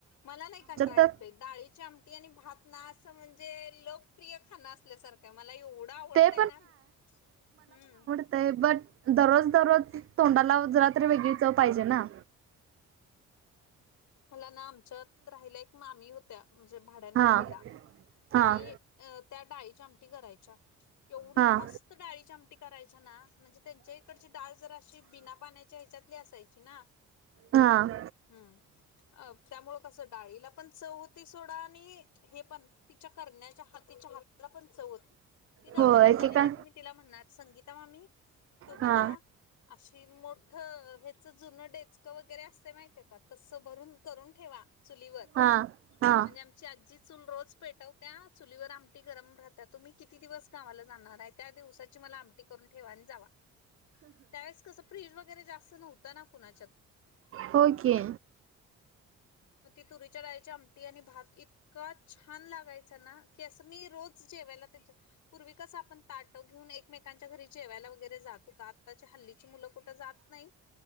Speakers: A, on the left (about 75°); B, on the right (about 45°).
A: मला नाही येत कंटाळा
B: तर
A: येतय. डाळीची आमटी आणि भात ना असं म्हणजे लोकप्रिय खाणं असल्यासारखं त मला एवढं आवडतंय
B: ते
A: ना हम्म.
B: ते बट दररोज दररोज तोंडाला जरातरी वेगळीच पाहिजे ना.
A: मला ना आमच्यात राहिला एक मामी होत्या म्हणजे भाड्याना
B: हा
A: राहायला. त्यांनी
B: हा
A: अ त्या डाळीची आमटी करायच्या एवढी
B: हा
A: मस् तर डाळीचे आमटी करायच्या ना म्हणजे त्यांच्या इकडची डाळ जर अशी बिना पाण्याच्या ह्याच्यातली असायची ना.
B: हां.
A: हम्म. अ त्यामुळ कसं डाळीला पण चव होती सोडा आणि हे पण तिच्या करण्याच्या हा हातिच्या हाताला पण चव होती. ती गावाला
B: हो एकेका
A: चालली ना की मी तिला म्हणणार संगीता मामी तुम्ही
B: हा
A: ना अशी मोठ हेच जुन डेचकं वगैरे असते माहितीय का तस क भरून करून ठेवा चुलीवर
B: हा हा
A: म्हणजे ची आजी चूल रोज पेटवत्या चुलीवर आमटी गरम राहता तुम्ही किती दिवस गावाला जाणार आहे? त्या दिवसाची मला आमठी करून ठेवा आणि जावा त्यास कसं फ्रिज वगैरे जास्त नव्हता ना कुणाच्यात.
B: होय की.
A: म ती तुरीच्या डाळीची आमटी आणि भात इतका छान लागाय चा ना असं मी रोज जेवायला त्यांचा पूर्वी कसं आपण ताट घेऊन एकमेकांच्या घरी जेवायला वगैरे जातो होता आताच्या हाल्लीची मुलं कुठे जात नाही.